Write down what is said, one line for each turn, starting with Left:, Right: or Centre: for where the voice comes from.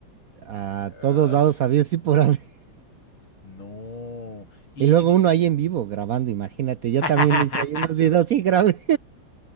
Right: A
Left: Ah,
Right: todos lados, había sí por haber.
Left: no. Y,
Right: Y luego
Left: di-
Right: uno ahí en vivo grabando, imagínate. Yo
Left: <laughs>
Right: también hice ahí unos videos y grabé.